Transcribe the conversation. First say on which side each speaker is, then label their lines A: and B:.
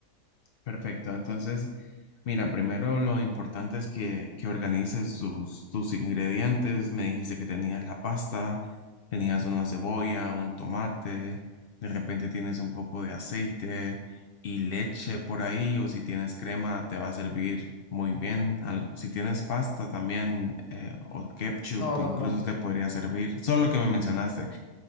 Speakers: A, on the left; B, on the left.
A: Perfecto. Entonces, mira, primero lo importante es que, que organices tus, tus ingredientes. Me dijiste que tenías la pasta, tenías una cebolla, un tomate, de repente tienes un poco de aceite y leche por ahí, o si tienes crema te va a servir muy bien. Algo, si tienes pasta también, eh, o ketchup,
B: No, no,
A: incluso
B: no.
A: te podría servir. Solo lo que me mencionaste.